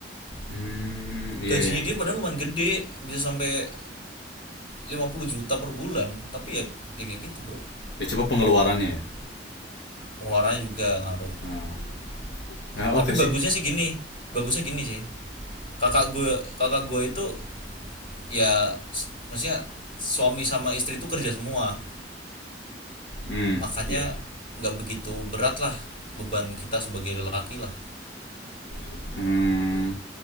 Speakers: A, on the left; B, on the left.
A: Hmm, iya
B: gajinya
A: ya.
B: dia padahal lumayan gede bisa sampai 50 juta per bulan tapi ya ya kayak gitu bro
A: Ya coba pengeluarannya ya.
B: pengeluarannya juga ngaruh
A: Ah. Nah,
B: tapi
A: oke okay
B: bagusnya
A: sih.
B: sih gini bagusnya gini sih kakak gue kakak gue itu ya maksudnya suami sama istri itu kerja semua
A: Hmm,
B: makanya
A: iya.
B: nggak begitu berat lah beban kita sebagai lelaki lah
A: Yeah. Hmm.